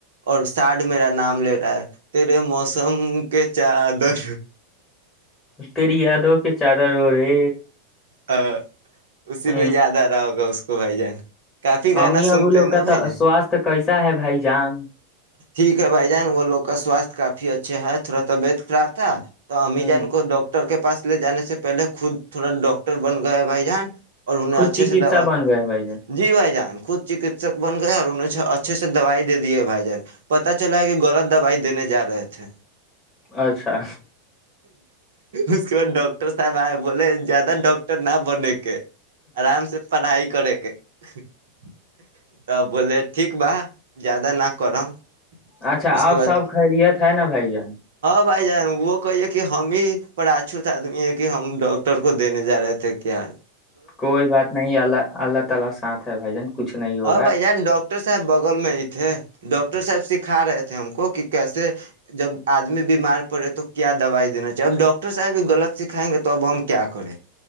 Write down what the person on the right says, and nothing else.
اور ساڈ میرا نام لے رہا ہے تیرے موسم کے چادر
ہ اسی
میں یاد آ رہا ہوگا اس کو تو بائی جان کافی گانا
سنتے
ہیں نا
بھائی ج
ٹھیک ہے بھائی جان وہ لوگ کا سواستھ کافی اچھے ہے تھوڑا طبیعت خراب تھا تو امی
جان کو ڈاکٹر کے پاس لے جانے سے پہلے خود تھوڑا ڈاکٹر بن گیا بھائی جان اور انہیں
اچھے
سے ڈا
جی بھائی جان خود چکتسک بن گیا اور انہھ اچھے سے دوائی دے دیے بھائی جان پت چلا ہے کہ غلط دوائی دینے جا رہے تھے
اس کے بعد ڈاکٹر صاحب آئے بولے زیادہ ڈاکٹر نہ بنے کے آرام سے پڑھائی کرے کے ٹھ ا بولے ٹھیک با زیادہ نہ کرم
اس کے
بعد
بائی ج وہ کہیے کہ ہم ہی پراچوت آدمی ہے کہ ہم ڈاکٹر کو دینے جا رہے تھے کیاال
ہاں بھائی جان ڈاکٹر صاحب بغل میں ہی تھے ڈاکٹر صاحب سکھا رہے تھے ہم کو کہ کیسے جب آدمی بیمار پڑے تو کیا دوائی دینا چاہیے اب ڈاکٹر صاحب بھی غلط سکھائیں گے تو اب ہم کیا کرے